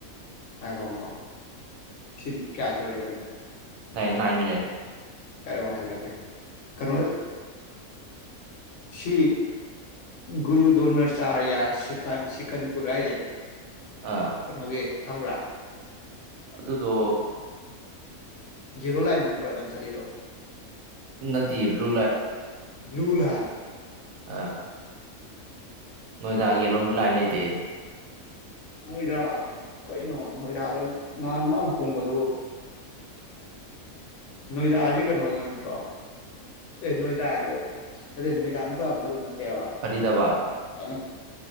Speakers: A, on the left; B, on the right.
A: ꯉꯥꯏꯈꯣ ꯈꯣ ꯁꯤ ꯀꯌꯥ ꯁꯨꯔꯒꯦ ꯃꯤꯅꯤꯠ
B: ꯅꯥꯏꯟ ꯃꯤꯅꯠ
A: <unintelligible> ꯀꯩꯅꯣꯗ ꯁꯤ ꯒꯨꯔꯨ ꯗꯣꯅꯆ ꯆꯍꯥꯌꯥ ꯁ ꯁꯀꯟꯄꯨꯔ ꯍꯥꯏꯖꯦ
B: ꯑꯥ
A: ꯀꯣꯒꯦ ꯈꯝ꯭ꯔꯥ
B: ꯑꯗꯨꯗꯣ
A: ꯖꯤꯔꯣ ꯂꯥꯏꯟꯗ ꯇ꯭ꯔꯣꯗꯅ ꯆꯠꯔꯛꯑꯣ
B: ꯅꯠꯇꯦꯌꯦ ꯕ꯭ꯂꯨ
A: ꯂꯨ ꯂꯏ
B: ꯑ ꯅꯣꯏꯗꯒꯦꯂꯣ ꯂꯥꯏꯟ ꯂꯩ ꯇꯦ
A: ꯅꯣꯏꯗ ꯀꯩꯅꯣ ꯅꯣꯏꯗꯥꯗ ꯅꯍꯥꯟ ꯃꯥꯅ ꯊꯣꯡꯕꯗꯨ ꯅꯣꯏꯗꯥꯁꯤ ꯀꯩꯅꯣꯗ ꯅꯠꯇ꯭ꯔꯣ ꯑꯦ ꯅꯣꯣꯏ ꯇ ꯑꯗꯨ ꯏ ꯇꯅꯠꯇ ꯀꯦꯋꯥ
B: ꯐꯔꯤꯗꯕꯥꯠ
A: ꯦ